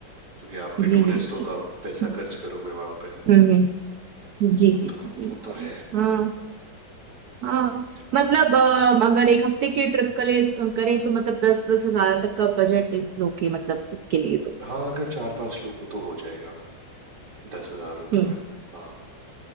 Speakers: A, on the right (about 55°); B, on the right (about 75°).
A: क्योंकि आप भी
B: जी
A: टूरिस्ट
B: जी जी
A: हो तो आप पैसा
B: हम्म
A: खर्च करोगे वहां पे
B: हम्म जी
A: वो
B: जी
A: तो
B: जी जी
A: वो तो
B: तो
A: है
B: हाँ हाँ मतलब अ, अगर एक हफ्ते की ट्रिप करे करें तो मतलब दस दस हजार तक का बजट इज ओके मतलब इसके लिए तो
A: हाँ अगर चार पांच लोग हो तो हो जाएगा दस हजार रुपये
B: हम्म
A: में हाँ